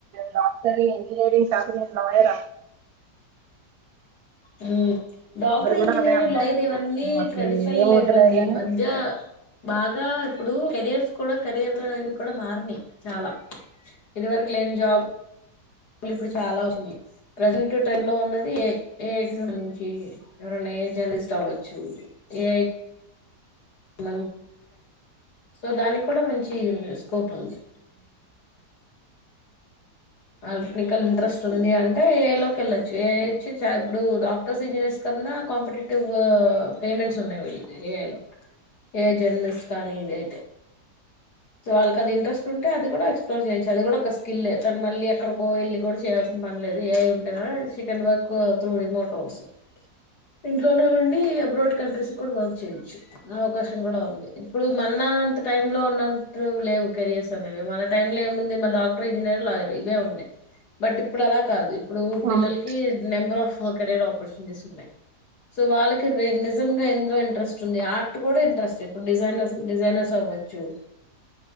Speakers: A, on the right (about 70°); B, on the left (about 70°).
A: డాక్టర్ ఇంజనీరింగ్ కార్పనీ లయర్ ఆ
B: ఆ డాక్టర్
A: కూడా
B: ఇంజనీర్
A: అదే అన్నారు
B: లాయర్ ఇవన్నీ
A: నువ్వు అసలు
B: ట్రెడిషనల్
A: ఏం
B: లేవ్వండి
A: వద్దులే గాని
B: మధ్య బాగా ఇప్పుడు కెరిర్స్ కూడా కెరీర్ ఇవి కూడా మారినయి చాలా ఇదివరకు లేని జాబ్ ఇలు ఇప్పుడు చాలా ఉంది ప్రజెంట్ ట్రైండ్ లో ఉన్నది ఏ ఐ ను ఎవరన్నా ఏ జర్నలిస్ట్ అవ్వచ్చు ఏ బ సో దా కూడా మంచి స్కోప్ ఉంది ఆల్టెక్నికల్ ఇంట్రెస్ట్ ఉంది అంటే ఏ లోకి వెళ్ళొచ్చు చేయొచ్చు చా ఇప్పుడు డాక్టర్స్ ఇంజనీర్స్ కన్నా కాంపిటేటివ్ పేమెంట్స్ ఉన్నాయిళ్ళ ఏ జర్నలిస్ట్ కానీ ఇదియితే సో వాళ్ళకిది ఇంట్రెస్ట్ ఉ అ అది కూడా ఎక్స్ప్లోర్ చేయచ్చు అది కూడా ఒక స్కిల్ లేది మళ్ళీ ఎక్కడికో వెళ్ళి కూడా చేయాల్సిన పనిలేదు ఏ ఐ ఉంటే షీ కెన్ వర్క్ త్రూ రిమోటోల్స్ ఇంట్లోనే ఉండి అబ్రాడ్ కంట్రీస్ కూడా వర్క్ చేయొచ్చు అవకాశం కూడా ఉంది ఇప్పుడు మన అంత టై లో ఉన్నట్టు లేవు కెరియర్స్ అనేవి మన టై లో ఎమ్మెనుంది డాక్టర్ ఇంజనీయర్ లాయార్ ఇవే ఉన్నాయి బట్ ఇప్పుడు అలా కాదు ఇప్పుడు పిల్లలకి
A: అవును
B: నెంబర్ ఆఫ్ కారియర్ ఆపర్చునిటీస్ ఉన్నాయి సో వాళ్ళకి నిజం గా ఎందులో ఇంట్రెస్ట్ ఉంది. ఆర్ట్ కూడా ఇంట్రెస్ట్ ఇప్పుడు డిజైనర్ డిజైనర్స్ అవ వచ్చు